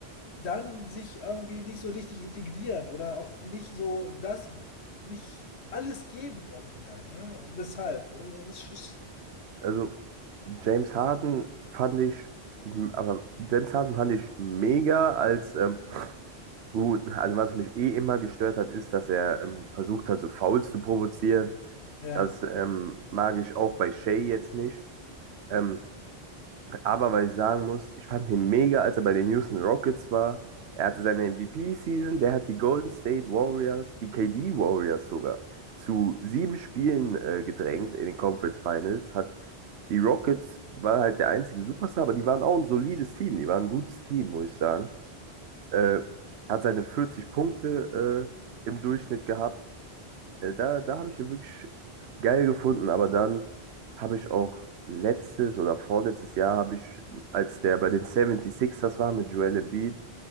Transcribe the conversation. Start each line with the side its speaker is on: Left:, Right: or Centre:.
Left: dann sich irgendwie nicht so richtig integrieren oder auch nicht so das, nicht alles geben irgendwie halt, ne? Und deshalb, äh, das ist, ist-
Right: Also James Harden fand ich, aber James Harden fand ich mega als ähm, gut. Also was mich eh immer gestört hat, ist, dass er ähm, versucht hat, so Fouls zu provozieren.
Left: ja.
Right: Das ähm, mag ich auch bei Shea jetzt nicht. Ähm, Aber weil ich sagen muss, ich fand ihn mega, als er bei den Houston Rockets war. Er hatte seine MVP-Season, der hat die Golden State Warriors, die KD Warriors sogar, zu sieben Spielen äh, gedrängt in den Conference Finals. Hat die Rockets war halt der einzige Superstar, aber die waren auch ein solides Team. Die waren ein gutes Team, muss ich sagen. Äh, hat seine 40 Punkte äh, im Durchschnitt gehabt. Äh, Da, da habe ich den wirklich geil gefunden, aber dann habe ich auch letztes oder vorletztes Jahr habe ich, als der bei den 76ers war mit Joel Embiid,